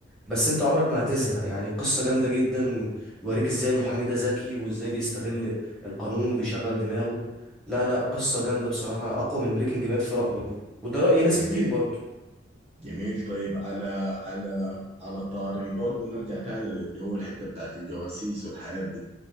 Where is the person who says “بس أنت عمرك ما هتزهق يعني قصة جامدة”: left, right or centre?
Centre